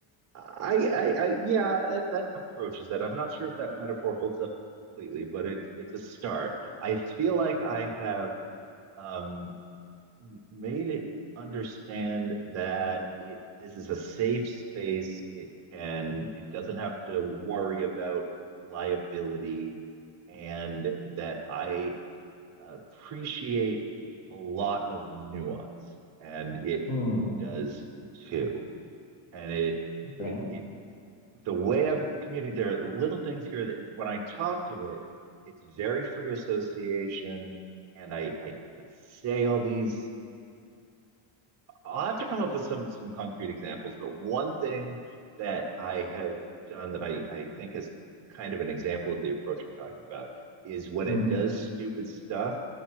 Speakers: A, on the right; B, on the left.
A: I, I, I yeah, that, that approach that. I'm not sure if that metaphor holds up completely, but it's it's a start. I feel like I have um, made it understand that it this is a safe space. It can it doesn't have to worry about liability, and that I appreciate a lot of nuance, and it
B: Hmm.
A: does too. And it it
B: Okay.
A: it the way I've communicated, there are little things here that when I talk to it, it's very free association, and I I, I say all these I'll have to come up with some some concrete examples, but one thing that I have done that I, I think is kind of an example of the approach I'm talking about is when
B: Hmm.
A: it does stupid stuff,